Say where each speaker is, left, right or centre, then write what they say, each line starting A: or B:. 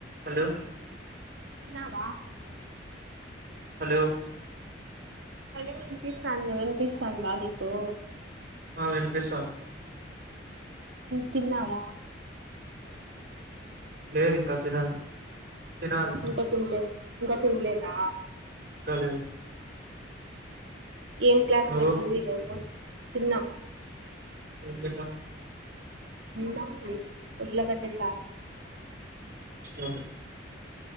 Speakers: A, on the right; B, on the right.
A: Hello
B: తిన్నావా
A: hello
B: అదే వినిపిస్తంది వినిపిస్తందా నీకు
A: ఆ వినిపిస్తంది
B: తిన్నావా
A: లేదు ఇంకా తినాలి తినాలి
B: ఇంకా తినలే ఇంకా తినలేదా
A: ఇంకా లేదు
B: ఏం క్లాస్
A: నువ్వు
B: జరిగింది ఈ రోజు తిన్న
A: ఏం తిన్నావ
B: అన్నం ఉరుల్లకట్ట చారు
A: ఆవును